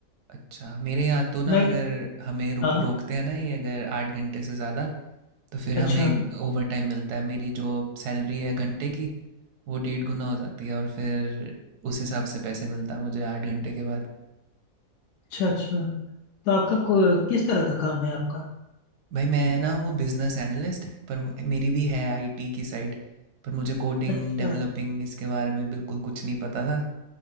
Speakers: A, on the right; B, on the left.
A: अच्छा मेरे यहाँ तो ना
B: मैं
A: अगर हमें रुक
B: हाँ
A: रोकते हैं ना ये अगर आठ घंटे से ज़्यादा तो फिर
B: अच्छा
A: हमें ओवर टाइम मिलता है मेरी जो सैलरी है घंटे की वो डेढ़ गुना हो जाती है और फिर उस हिसाब से पैसे मिलता है मुझे आठ घंटे के बाद
B: अच्छा अच्छा तो आपका को, किस तरह का काम है आपका
A: भाई मैं ना हूँ बिजनेस एनालिस्ट पर हूँ- मेरी भी है आईटी की साइड पर मुझे कोडिंग
B: अच्छा
A: डेवलपिंग इसके बारे में बिल्कुल कुछ नहीं पता था